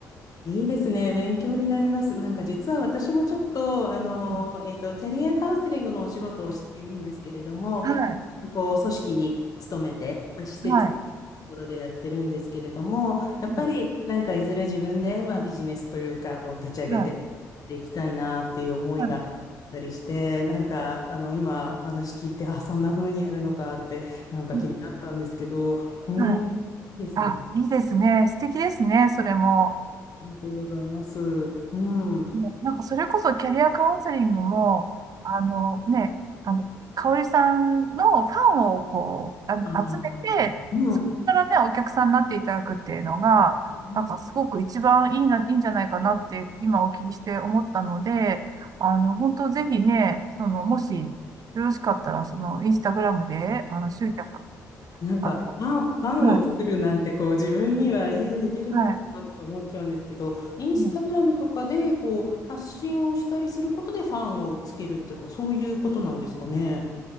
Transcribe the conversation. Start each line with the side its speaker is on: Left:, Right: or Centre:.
Left: いいですね。勉強になります。なんか実は私もちょっと、あの、
Right: うん
Left: えっと、キャリアカウンセリングのお仕事をしているんですけれども、
Right: はい。
Left: こう組織に勤めて、まあ、施設というところでやってるんですけれども、
Right: はい。
Left: やっぱりなんかいずれ自分で、
Right: うん
Left: まあ、ビジネスというか、こう立ち上げて
Right: はい。
Left: いきたいなっていう思いがあったりして、
Right: はい。
Left: なんかあの今お話聞いて、あ、そんな風にやるのかってなんか気になったんですけど、
Right: うん
Left: うん、
Right: はい
Left: いいですね。
Right: あ、いいですね。素敵ですね。それも。
Left: ありがとうございます。うん。うん。
Right: もうなんかそれこそキャリアカウンセリングも、あのね、あの、香織さんのファンをこう、あ集めて、
Left: あー
Right: そこからね、
Left: う
Right: お客さんになっていただくっていうのが、
Left: ん。
Right: なんかすごく一番いいな、いいんじゃないかなって今お聞きして思ったので、あの、本当ぜひね、その、もしよろしかったら、その、インスタグラムで、あの、集客、
Left: なんか、
Right: あ
Left: ファン、ファンを作るなんて、
Right: の、は
Left: こう、自分には、えー、できるのかなとか思っちゃうんですけど、
Right: い、はい。
Left: インスタグラムとかで、
Right: うん
Left: こう、発信をしたりすることでファンをつけるっていうか、そういうことなんですかね。